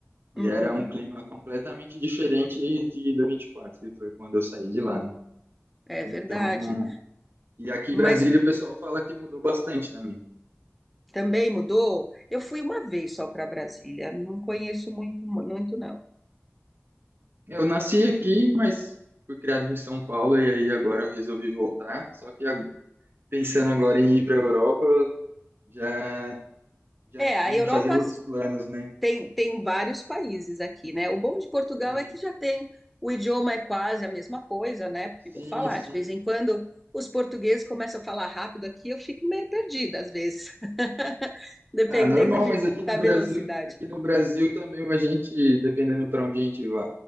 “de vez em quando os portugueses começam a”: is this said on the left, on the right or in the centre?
Centre